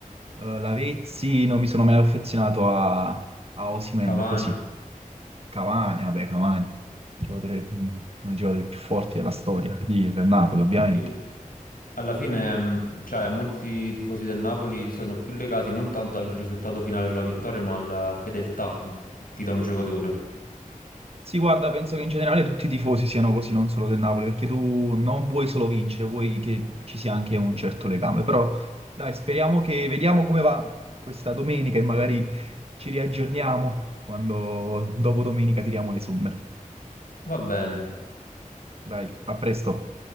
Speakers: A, on the right (about 45°); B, on the left (about 85°).
A: eh, Lavezzi, non mi sono mai affezionato a, a Osimhen,
B: Cavani,
A: così. Cavani, vabbè, Cavani, giocatore, mm, uno dei giocatori più forti della storia, di- del Napoli, ovviamente.
B: sì. Alla fine, mh, cioè, molti tifosi del Napoli sono più legati non tanto al risultato finale, alla vittoria, ma alla fedeltà che ti dà un giocatore.
A: Sì, guarda, penso che in generale tutti i tifosi siano così, non solo del Napoli, perché tu non vuoi solo vincere, vuoi che ci sia anche un certo legame. Però dai, speriamo che vediamo come va questa domenica e magari ci riaggiorniamo quando dopo domenica tiriamo le somme.
B: Va bene.
A: Dai, a presto.